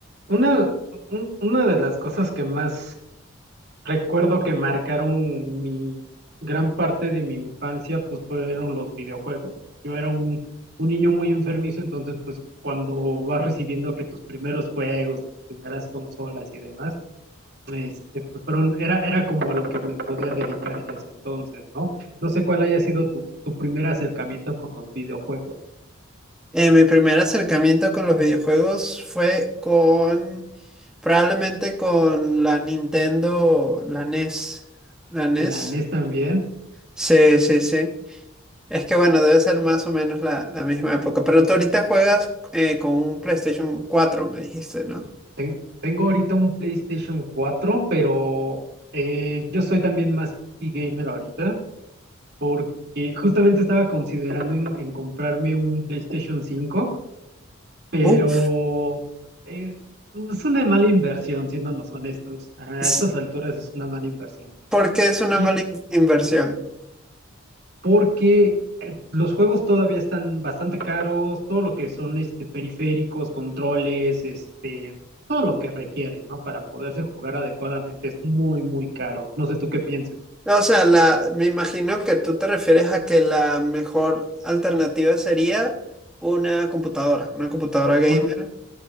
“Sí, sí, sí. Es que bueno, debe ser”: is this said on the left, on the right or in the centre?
Centre